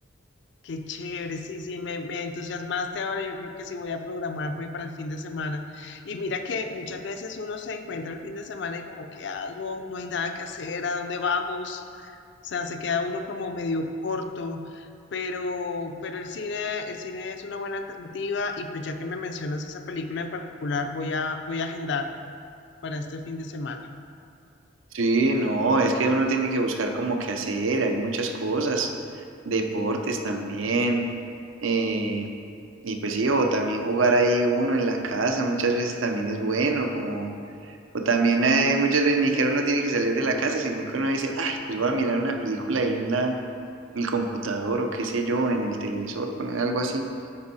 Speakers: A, on the left; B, on the right.
A: Qué chévere, sí, sí, me, me entusiasmaste ahora. Yo creo que sí voy a programarme para el fin de semana. Y mira que muchas veces uno se encuentra el fin de semana y como, ¿qué hago? No hay nada que hacer, ¿a dónde vamos? O sea, se queda uno como medio corto, pero, pero el cine, el cine es una buena alternativa y pues ya que me mencionas esa película en particular, voy a, voy a agendarla para este fin de semana.
B: Sí, no, es que uno tiene que buscar como qué hacer, hay muchas cosas, deportes también, eh, y pues sí, o también jugar ahí uno en la casa, muchas veces también es bueno, como, o también eh, muchas veces ni que uno tiene que salir de la casa, sino que uno dice, ay, pues voy a mirar una película ahí en la, en el computador o qué sé yo, en el televisor, poner algo así.